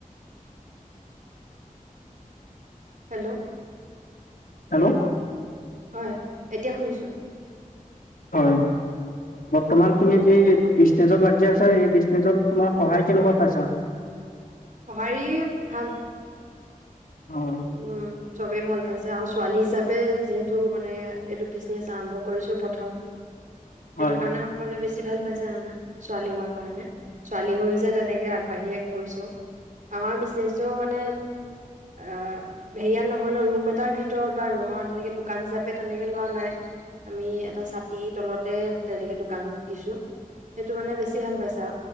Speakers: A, on the right; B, on the left.
A: হেল্ল'
B: হেল্ল'
A: হয় এতিয়া শুনিছোঁ।
B: হয়। বৰ্তমান তুমি যি বিজনেচত লাগি আছা সেই বিজনেচত তোমাৰ সহায় কেনেকুৱা পাইছা?
A: সঁহাৰি ভাল
B: হয়
A: উম। চবেই ভাল পাইছে আৰু ছোৱালী হিচাপে যিহেতু মানে এইটো বিজনেচ আৰম্ভ কৰিছোঁ প্ৰথম। সেইটো
B: হয়
A: কাৰণে সকলোৱে বেছি বেছি ভাল পাইছে মানে ছোৱালী হোৱাৰ কাৰণে ছোৱালী হৈ যে তেনেকে আগবাঢ়িয়ে গৈছোঁ। আমাৰ বিজনেচটো মানে আহ হেৰিয়াত নহয় ন ৰুম এটাৰ ভিতৰত বা ৰুমৰ তেনেকে দোকান হিচাপে তেনেকে লোৱা নাই। আমি এটা ছাতিৰ তলতে তেনেকে দোকান দিছোঁ। সেইটো মানে বেছি ভাল পাইছা